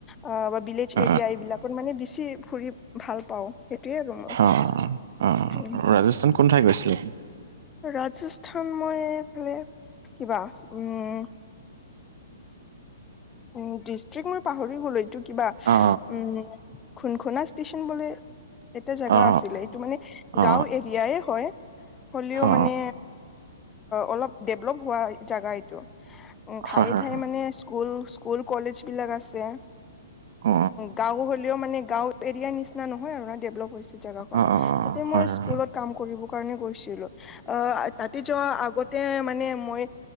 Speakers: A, on the left; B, on the right.
A: আ বা বিলেজ
B: অ
A: এৰিয়া- বিলাকত মানে বেছি ফুৰি ভাল পাও সেইটোয়ে আৰু মোৰ।
B: অ'অ', অ'অ',
A: উম
B: ৰাজস্থান কোন ঠাই গৈছিলে?
A: ৰাজস্থান মই ফালে- কিবা উম, উ ডিষ্ট্ৰিক্ট মই পাহৰি গলো এইটো কিবা
B: অ
A: উম, খুন খুনা ষ্টেচন বুলি এটা জেগা
B: অ
A: আছিলে এইটো মানে
B: অ
A: গাঁও এৰিয়াই হয়। হ'লেও
B: অ
A: মানে অলপ ডেভলপ হোৱা জাগা এইটো। উ ঠায়ে
B: হয় হয়
A: ঠায়ে মানে স্কুল স্কুল কলেজ বিলাক আছে।
B: অ
A: গাঁও হ'লেও মানে গাওঁ এৰিয়াৰ নিচিনা নহয় আৰু ন ডেভলপ হৈছে। জেগা খন
B: অ অ
A: তাতে মই
B: হয় হয়
A: স্কুলত- কাম কৰিব কাৰণে গৈছিলো। অ তাতে যোৱা আগতে মানে মই